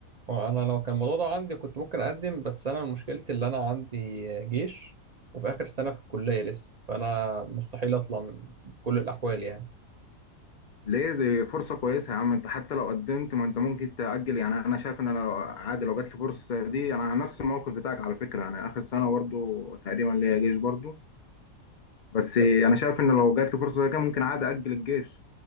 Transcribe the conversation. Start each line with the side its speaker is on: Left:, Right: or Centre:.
Right: وانا لو كان الموضوع ده عندي كنت ممكن اقدم بس انا مشكلتي اللي انا عندي جيش وفي اخر سنة في الكلية لسه فانا مستحيل اطلع من كل الاحوال يعني
Left: ليه دي فرصة كويسة يا عم انت حتى لو قدمت ما انت ممكن تأجل يعني انا شايف ان انا لو- عادي لو جات لي فرصة دي انا على نفس الموقف بتاعك على فكرة يعني اخر سنة برضو تقريبا ليا جيش برضو بس
Right: طب
Left: انا شايف ان لو جات لي فرصة زي كده ممكن عادي أأجل الجيش